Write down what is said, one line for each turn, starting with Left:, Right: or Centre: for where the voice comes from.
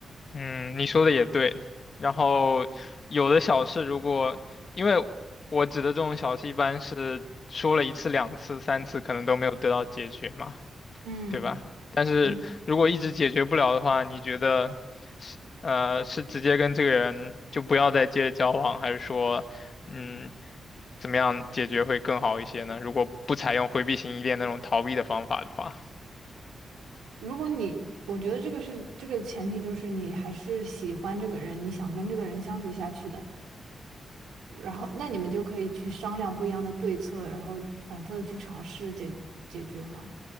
Left: 嗯，你说的也对。然后有的小事，如果因为我指的这种小事，一般是说了一次、两次、三次，可能都没有得到解决嘛，
Right: 嗯
Left: 对吧？但是如果一直解决不了的话，
Right: 嗯，
Left: 你觉得是呃是直接跟这个人就不要再接着交往，还是说嗯怎么样解决会更好一些呢？如果不采用回避型依恋那种逃避的方法的话，
Right: 如果你，我觉得这个是这个前提，就是你还是喜欢这个人，你想跟这个人相处下去的，然后那你们就可以去商量不一样的对策，然后反复的去尝试解解决嘛。